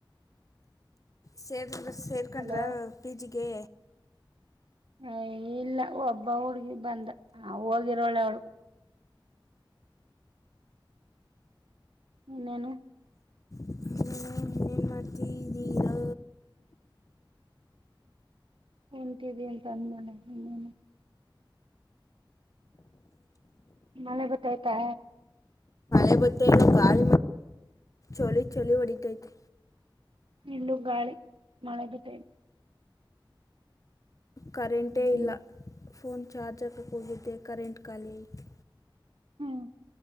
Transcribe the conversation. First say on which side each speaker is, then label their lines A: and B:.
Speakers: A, on the left; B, on the right.
A: ಸೇರ್ಕ ಸೇರ್ಕೊಂಡ್ರ
B: ಹಲೋ
A: ಬೀಜಿಗೆ
B: ಅ ಇಲ್ಲ ಒಬ್ಬ ಹುಡ್ಗಿ ಬಂದ ನ ಹೋಗಿರೋಳ ಅವಳು ಏನೇನುು
A: ಏನೇನು ಮಾಡ್ತಿದ್ದೀರೋ
B: ಉಂತಿದ ಅಂತ ಅಂದ್ಮೇಲೆ ಅಮ್ಮಲೆ ಮಳೆ ಗೊತ್ತಾಯ್ತಾ
A: ಎ ಬತ್ತ ಕಾರ್ಡ್ ಚಳಿ ಚಳಿ ಹೊಡಿತೈತೆ
B: ಇಲ್ಲ ಗಾಳಿ ಮಳೆದು ಟೈಮ
A: ಕರೆಂಟೇ
B: ಹ್ಮ್
A: ಇಲ್ಲ ಫೋನ್ ಚಾರ್ಜ್ ಹಾಕಕ್ಕೆ ಹೋಗಿದ್ದೆ ಕರೆಂಟ್ ಖಾಲಿ ಆಐಿತು
B: ಹ್ಮ್